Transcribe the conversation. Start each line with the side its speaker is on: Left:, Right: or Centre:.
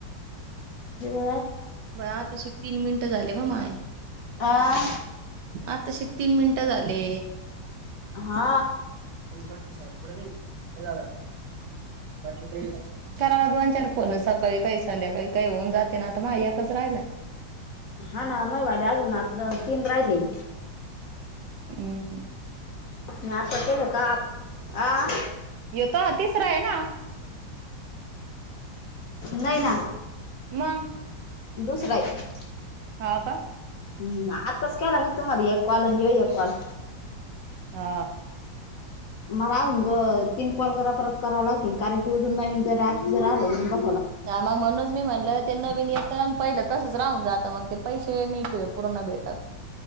Left: जव
Right: ब आताशी तीन मिनिटं झाले ब माय
Left: आह
Right: आतशी तीन मिनटं झाले
Left: हा
Right: पास पुठई का बाकी प वांच्या फोन सकाळी काही संध्याकाळी काही होऊन जाते ना आ मायकच राहिला
Left: हा ना म वाले अजून आता तीन राहिले
Right: हम्म
Left: मी आता केलं का आं
Right: य त तिसरा आहे ना
Left: नाही ना
Right: मग
Left: दुसरय हा
Right: हा का
Left: हम् आताच केला नि तुमला एक कॉल आणि येऊ एक कॉल
Right: हा
Left: मला अजून ज तीन कॉल करा परराप करावा लागतील कारण की अजून नवीन जर जर आलं अजून बघ
Right: हा मग म्हणूनच मी म्हणल ते नविनचं पण पहिलं तसचं राहून जात मग ते पैसे निट अ पूर्ण भेटत